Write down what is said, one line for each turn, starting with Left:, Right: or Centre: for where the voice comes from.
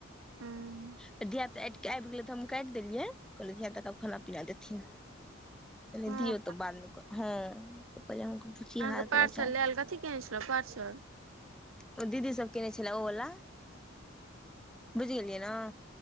Right: हूँ
Centre: फेर धियापुता आबि गेलै त हमहु काटि देलये, कहलिय धियापुता के आब खाना पिना देथिन। पेहने
Right: हँ
Centre: दियऔ तऽ बाद में करब हँऽ। त कहहिले अहु के पुछि
Right: अहाँके
Centre: हाल
Right: पार्सल
Centre: समाचार।
Right: लायल कथी केने छलहुँ पार्सल
Centre: ओ दीदी सब केने छले ओ वला, बुझि गेलिय न।